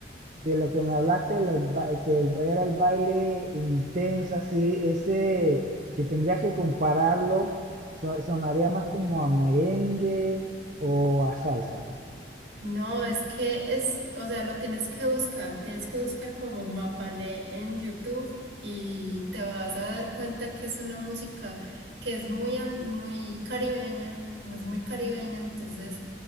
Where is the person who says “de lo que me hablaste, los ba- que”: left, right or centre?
Right